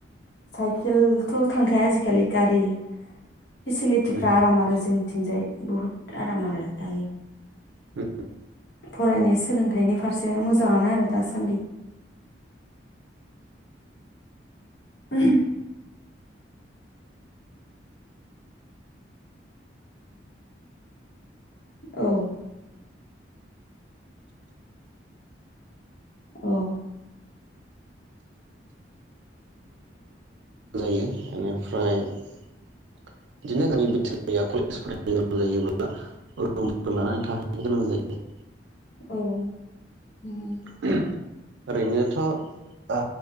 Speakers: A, on the left; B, on the right.
A: साइकेलथ' थांखाया आजिखालि गारि । फेसिलिटिफ्रा
B: उम
A: आराम आरो जों थिंजाय बुहुद आराम आरो दायो
B: उम
A: फरायनाय सोलोंथाइनि फारसे मोजाङानो आरो दासान्दि <unintelligible> औ औ
B: जायो इनिफ्राय बिदिनो गामि बिटोरिया कलेज फरायनो गोनां जायोब्ला रुम लानानै थाहैनो गोनां जायो ।
A: औ होम
B: जायो ओरैनोथ' ओ